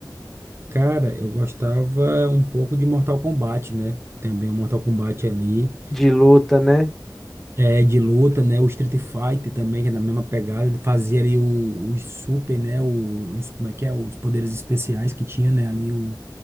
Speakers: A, on the right; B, in the centre.
A: Cara, eu gostava um pouco de Mortal Kombat, né? Também o Mortal Kombat ali.
B: De luta, né?
A: É, de luta, né? O Street Fighter também, que é na mesma pegada. Ele fazia ali o- os super, né? o- Os, como é que é? Os poderes especiais que tinha, né? Ali o